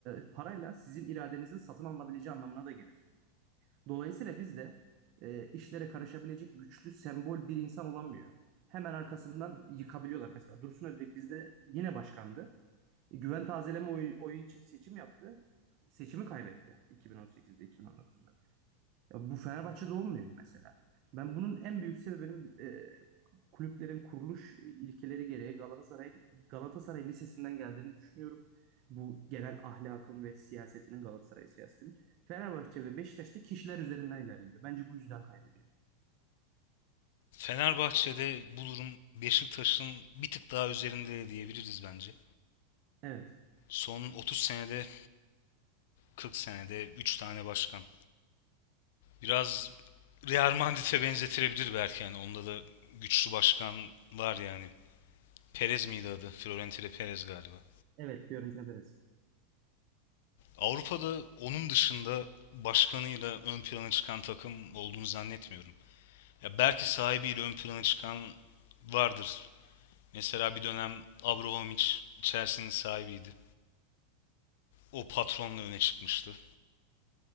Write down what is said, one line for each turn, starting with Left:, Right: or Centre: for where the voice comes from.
Right: e, parayla sizin iradenizin satın alınabileceği anlamına da gelir. Dolayısıyla biz de e, işlere karışabilecek güçlü sembol bir insan olamıyor. Hemen arkasından yıkabiliyorlar. Mesela Dursun Özbek bizde yine başkandı. E, Güven tazeleme oyu, oyu için seçim yaptı. Seçimi kaybetti 2018'de, 2019'da. Ya bu Fenerbahçe'de olmuyor mesela. Ben bunun en büyük sebebinin e, kulüplerin kuruluş ilkeleri gereği Galatasaray Galatasaray Lisesi'nden geldiğini düşünüyorum. Bu genel ahlakın ve siyasetinin Galatasaray siyasetinin Fenerbahçe ve Beşiktaş'ta kişiler üzerinden ilerliyor. Bence bu yüzden kaybediyor.
Left: Fenerbahçe'de bu durum Beşiktaş'ın bir tık daha üzerinde diyebiliriz bence.
Right: Evet.
Left: Son 30 senede 40 senede 3 tane başkan. Biraz Real Madrid'e benzetilebilir belki yani onda da güçlü başkan var yani. Perez miydi adı? Florentino Perez galiba.
Right: Evet, Fiorentina Perez.
Left: Avrupa'da onun dışında başkanıyla ön plana çıkan takım olduğunu zannetmiyorum. Ya belki sahibiyle ön plana çıkan vardır. Mesela bir dönem Abramovich Chelsea'nin sahibiydi. O patronla öne çıkmıştı.